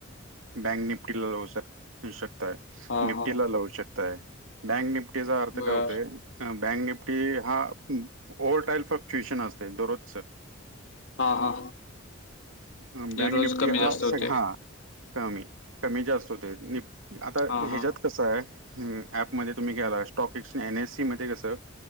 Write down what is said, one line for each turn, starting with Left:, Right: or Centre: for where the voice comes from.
Right: बँक निपटी शकता
Left: हा
Right: निफ्टीला
Left: हा
Right: लावू शकता बँक निफ्टी निफ्टीचा अर्थ
Left: बर
Right: काय होते बँक निफ्टी हा ओल्ड टाईप ऑफ ट्युएशन असते दरोजच
Left: हा हा.
Right: बँक
Left: जे रोज
Right: निप्टी
Left: कमी
Right: हा
Left: जास्त होते
Right: सग हा कमी कमी जास्त हो आता
Left: हा
Right: ह्याच्यात
Left: हा
Right: कसं आहे ऍप मध्ये तुम्ही गेलात टॉकस एन एस सी मध्ये कसं